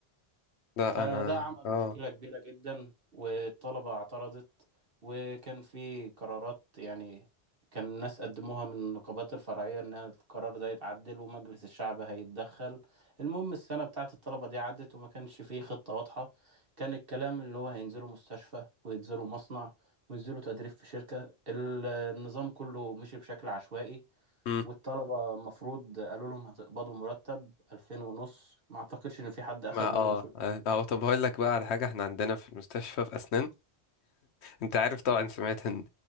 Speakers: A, on the left; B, on the right.
A: لا
B: فده
A: انا
B: عمل
A: اه
B: مشكلة كبيرة جدا والطلبة اعترضت وكان في قرارات يعني كان الناس قدموها من النقابات الفرعية إن القرار ده يتعدل ومجلس الشعب هيتدخل المهم السنة بتاعة الطلبة دي عدت وما كانش فيه خطة واضحة كان الكلام اللي هو هينزلوا مستشفى وينزلوا مصنع وينزلوا تدريب في شركة ال- النظام كله مشي بشكل عشوائي
A: مم.
B: والطلبة المفروض قالوا لهم هتقبضوا مرتب ألفين ونص ما أعتقدش إن في حد أخد
A: ما
B: منهم
A: اه
B: فلوس
A: اه اه، طب هقول لك بقى على حاجة احنا عندنا في المستشفى في اسنان انت عارف طبعا سمعت ان